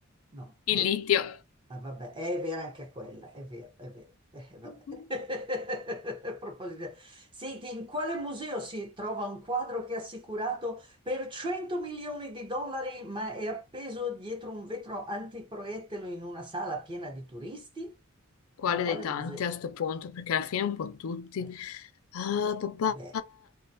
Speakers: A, on the right; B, on the left.
A: No,
B: il
A: boh.
B: litio.
A: Ah, vabbè, è vera anche quella, è vero, è vero. Eh, vabbè.
B: Mhm.
A: <laughs> A proposito, senti, in quale museo si trova un quadro che è assicurato per 100 milioni di dollari, ma è appeso dietro un vetro antiproiettile in una sala piena di turisti?
B: Quale
A: In quale
B: dei tanti
A: museo?
B: a sto punto? Perché alla fine un po' tutti.
A: Eh,
B: Ah,
A: beh,
B: papà,
A: beh,